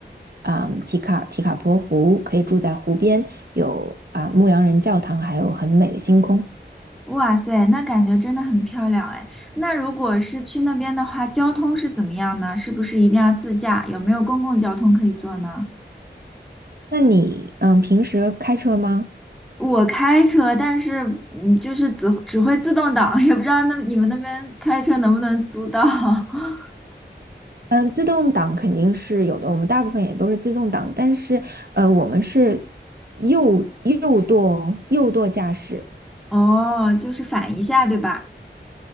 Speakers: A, on the right; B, in the centre.
A: 啊、提卡提卡坡湖可以住在湖边，有啊、牧羊人教堂，还有很美的星空。
B: 哇塞，那感觉真的很漂亮哎。那如果是去那边的话，交通是怎么样呢？是不是一定要自驾？有没有公共交通可以坐呢？
A: 那你嗯，平时开车吗？
B: 我开车，但是嗯，就是只只会自动挡，<laughs> 也不知道那你们那边开车能不能租到。<laughs>
A: 嗯，自动挡肯定是有的，我们大部分也都是自动挡，但是呃，我们是右右舵右舵驾驶。
B: 哦，就是反一下，对吧？